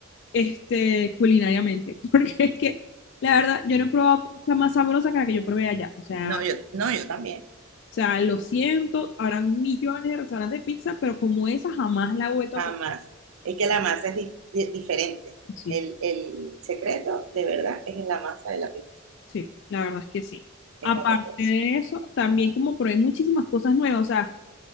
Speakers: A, on the left; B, on the right.
A: este, culinariamente, <laughs> porque es que, la verdad, yo no he probado pizza más sabrosa que la que yo probé allá. O sea,
B: No, yo, no, yo también.
A: o sea, lo siento, habrán millones de restaurantes de pizza, pero como esa jamás la he vuelto
B: jamás.
A: a probar.
B: Es que la masa es di- di- diferente.
A: Sí,
B: El,
A: sí,
B: el secreto, de verdad, es en la masa de la pizza,
A: sí, la verdad es que sí. Aparte
B: es otra cosa.
A: de eso, también como probé muchísimas cosas nuevas, o sea,